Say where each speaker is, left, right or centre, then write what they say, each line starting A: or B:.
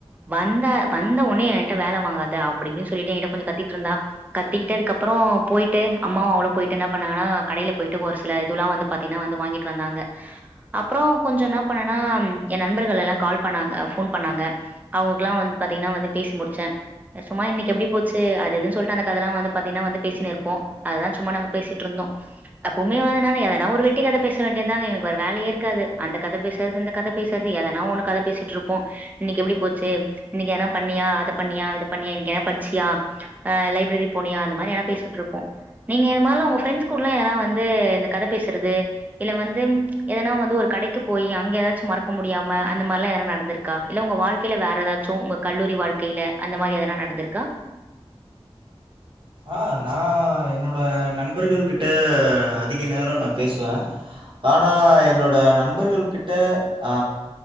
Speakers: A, on the right; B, on the right.
A: வந்தா வந்த ஒன்னே என்ட்ட வேல வாங்காத அப்டி இப்டின் சொல்லிட்டு என்கிட்ட கொஞ்சொ கத்திட்டுருந்தா கத்திகிட்டு அதுக்கப்றோ போய்ட்டு அம்மாவு அவளு போய்ட்டு என்ன பண்ணாங்கனா கடைல போய்ட்டு ஒரு சில இதுலா வந்து பாத்தினா வந்து வாங்கிட்டு வந்தாங்க அப்றோ கொஞ்சோ ந இப்ப என்னனா எ நண்பர்கள் எல்லா கால் பண்ணாங்க ஃபோன் பண்ணாங்க அவுங்களுக்லா வந்து பத்தீங்கனா வந்து பேசி முடிச்ச சும்மா இன்னைக்கு எப்டி போச்சு அது இதுன் சொல்ட்டு அந்த கதெல்லா வந்து பாத்திங்கனா வந்து பேசினு இருப்போ அததா சும்மா நாங்க பேசிட்ருந்தோ அப்ப உன்னயு வரநேரொ எதனா ஒரு வெட்டிகத பேச வேண்டியதாங்க எனக்கு வேற வேலயே இருக்காது அந்த கத பேச அது இந்த கத பேசறது எதனா ஒன்னு கத பேசிட்ருப்போ இன்னைக் எப்டி போச்சு இன்னைக்கு எதனா பண்ணியா அத பண்ணியா இத பண்ணியா இன்னைக்கு எனா பட்ச்சியா அ லைப்ரரி போனியா அந்த மாரி எனா பேசிட்ருப்போ நீங்க இதமாரிலா உங்க ஃப்ரெண்ட்ஸ் கூடலா யாரா வந்து இந்த கத பேசுறது இல்ல வந்து எதனா வந்து ஒரு கடைக்கு போயி அங் எதாச்சு மறக்கமுடியாம அந்த மார்லா எதனா நடந்துருக்கா இல்ல உங்க வாழ்க்கைல வேற எதாச்சு உங்க கல்லூரி வாழ் கையில அந்த மாரி எதனா நடந்ருக்கா
B: ஆ நா என்னோட நண்பர்கள் கிட்ட அதிக நேரொ நா பேசுவ ஆனா என்னோட நண்பர்கள் கிட்ட ஆ